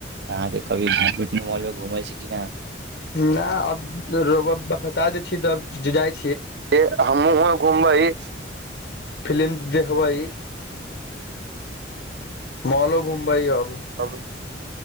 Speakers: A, on the right; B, on the left.
A: अहाँ के कभी <unintelligible> घुमै छै कि ना।
B: ना अब राैउवा ब बता दै छी तब जाय
A: पे हमहुँओ घुमबै।
B: फिलिम देखबै। मॉलो घुमबै अब।
A: अब